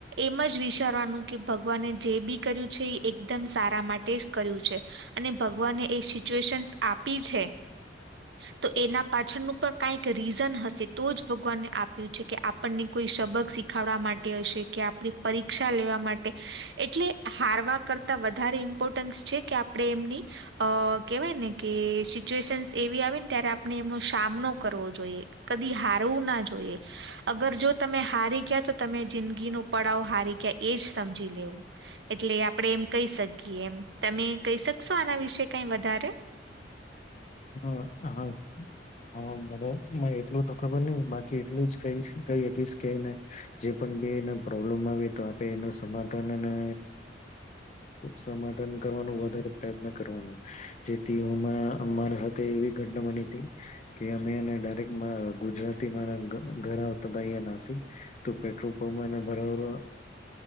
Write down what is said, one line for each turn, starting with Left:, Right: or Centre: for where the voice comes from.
Right: એમ જ વિચારવાનું કે ભગવાને જે બી કર્યું છે એ એકદમ સારા માટે કર્યું છે અને ભગવાને એ સિચ્યુએશન આપ પી છે. તો એના પાછળનું પણ કઈક રીઝન હશે તો જ ભગવાનને આપ્યું છે કે આપણને કોઈ શબક શીખાડવા માટે હશે કે આપણી પરીક્ષા લેવા માટે એટલે હારવા કરતા વધારે ઇમ્પોર્ટન્સ છે કે આપણે એમની અ કેહેવાય ને કે સિચ્યુએશનસ એવી આવી ને ત્યારે આપણે એમનો સામનો કરવો જોઈએ કદી હારવું ના જોઈએ અગર જો તમે હારી ગયા તો તમે જિંદગીનો પડાવ હારી ગયા એ જ સમજી લેવું એટલે આપણે એમ કહી શકીએ એમ તમે કહી શકશો આના વિશે કઈ વધારે.
Left: હ હ હ મને એટલું તો ખબર નહી બાકી એટલું જ ક કશ કેને જે પણને પ્રોબ્લેમ આવે તો આપે એનું સમાધાન અને સમાધાન કરવાનું વધારે પ્રયત્ન કરવાનું જેથી હું એવી ઘટના બની હતી કે અમે ડાયરેક્ટ ગુજરાત થી મારા ઘર આવતા અયાના તો પેટ્રોલ પંપ ભરા